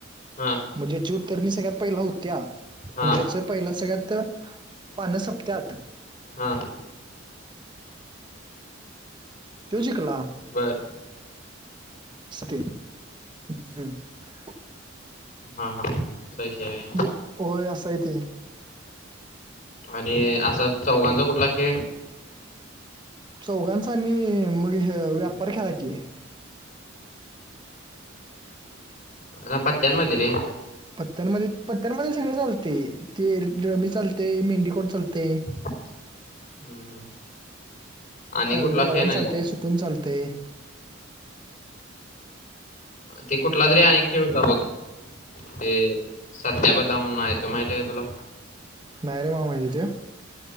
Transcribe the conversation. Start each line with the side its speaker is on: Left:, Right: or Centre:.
Left: हा
Right: मग ज्याची उत्तरनी सगळ्यात पहिले होत्या,
Left: हा
Right: म्हणजेच पहिल सगळ्यात पानं सपत्यात.
Left: हा <inaudible>
Right: तो जिकला.
Left: बरं.
Right: असते हम्म हम्म.
Left: हा हा सयश आहे.
Right: बुक ओय असाय ते.
Left: आणि असा चौघांचा कुठला खेळ?
Right: चौघांचा आणि मग ह्य व्यापार खेळा की.
Left: आं पत्त्यान मध्ये रे.
Right: पत्त्यांमध्ये पत्त्यांमध्ये सगळं चालते ते रमी चालते मेंडीकोट चालते.
Left: हम्म हम्म. आणि
Right: अ
Left: कुठला
Right: गडवान
Left: खेळ नाही
Right: चालतय
Left: का
Right: सुटून चालतय.
Left: ते कुठला
Right: अन-
Left: तरी आणि एक खेळ होता बघ. ते सत्या बदाम म्हणून हाय तो माहती आहे का तुला?
Right: नाही रे मला माहितीे तो.